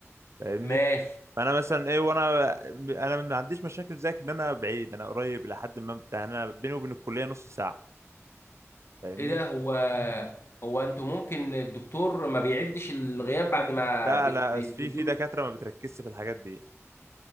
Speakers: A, on the right; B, on the left.
A: فاهمني
B: ماشي
A: فانا مثلا ايه وانا انا ما عنديش مشاكل زيك ان انا بعيد انا قريب لحد ما بتاع انا بيني وبين الكليه نص ساعه فاهمني
B: ايه ده هو هو انتوا ممكن الدكتور ما بيعدش الغياب بعد ما
A: لا
B: بت-
A: لا
B: بتدوا
A: في في دكاترة
B: له؟
A: ما بتركزش في الحاجات دي